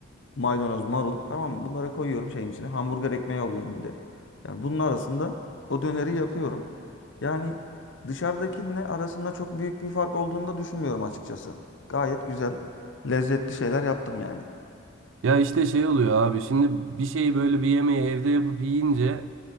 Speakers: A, on the left (about 65°); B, on the right (about 75°).
A: maydanoz, marul tamam mı? Bunları koyuyorum şeyin içine. Hamburger ekmeği alıyorum bir de. Yani bunun arasında o döneri yapıyorum. Yani dışarıdakinle arasında çok büyük bir fark olduğunu da düşünmüyorum açıkçası. Gayet güzel, lezzetli şeyler yaptım yani.
B: Ya işte şey oluyor abi şimdi bir şeyi böyle bir yemeği evde yapıp yiyince